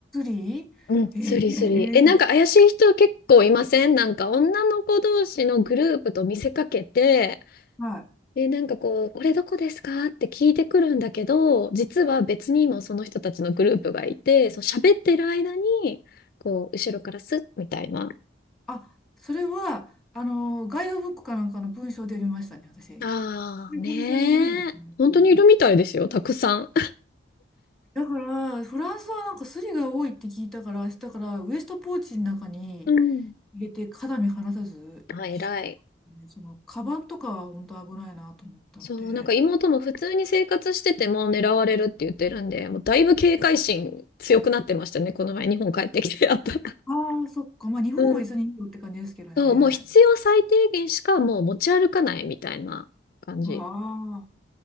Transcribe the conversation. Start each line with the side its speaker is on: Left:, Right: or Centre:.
Centre: 釣りええ
Left: うん、スリスリ。え、なんか怪しい人結構いませんなんか女の子同士のグループと見せかけて、
Centre: はい。
Left: で、なんかこう、これどこですかって聞いてくるんだけど、実は別にもその人たちのグループがいて、そう喋ってる間に、こう、後ろからスッみたいな。
Centre: あ、それは、あの、ガイドブックかなんかの文章で見ましたね、私。
Left: ああ、
Centre: で、
Left: ねえ。
Centre: 本当にいるんですね、やっぱり。
Left: 本当にいるみたいですよ、たくさん。
Centre: だから、フランスはなんかスリが多いって聞いたから、明日からウエストポーチの中に、
Left: <laughs> うん。
Centre: 入れて肌身離さずしてますね、
Left: あ、偉い。
Centre: その、カバンとかは本当危ないなと思ったので、
Left: そう、なんか妹も普通に生活してても狙われるって言ってるんで、もうだいぶ警戒心強くなってましたね、この前日本帰ってきてやったら。
Centre: ああ、そっか、まあ日本は別にいいよって感じですけどね。
Left: うん。そう、もう必要最低限しかもう持ち歩かないみたいな感じ。
Centre: あ